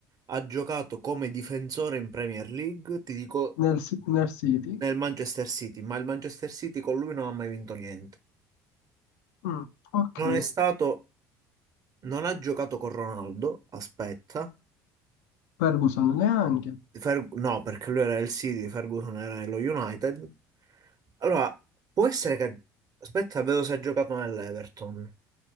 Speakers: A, on the right; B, on the left.
A: ha giocato come difensore in Premier League, ti dico,
B: nel, Si- nel City.
A: nel Manchester City, ma il Manchester City con lui non ha mai vinto niente.
B: Mm, ok.
A: Non è stato, non ha giocato con Ronaldo, aspetta,
B: Ferguson neanche.
A: Fer- no, perché lui era il City, Ferguson era lo United. Allora, può essere che, aspetta, vedo se ha giocato nell'Everton.